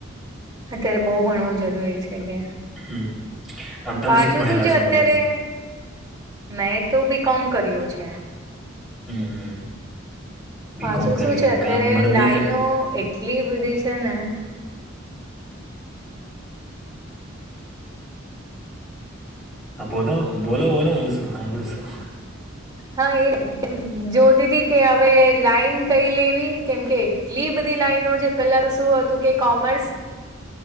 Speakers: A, on the right (about 20°); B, in the centre.
A: અત્યારે બહુ ભણવું જરૂરી છે કે.
B: હમ આમ તમે
A: પાછું
B: ભણેલા
A: શું છે
B: છો
A: અત્યારે
B: મતલબ
A: મેં તો બી કોમ કર્યું છે.
B: હમ હમ. બીકોમ
A: પાછું
B: કરી
A: શું છે અત્યારે
B: કામ મત
A: લાઈનો
B: બી
A: એટલી બધી છે ને
B: બોલો બોલો બોલો હું સાંભળું છું.
A: હા એ જોતી હતી કે હવે લાઈન કઈ લેવી કેમ કે એટલી બધી લાાઈનો જે પેલા તો શું હતું કે કોમર્સ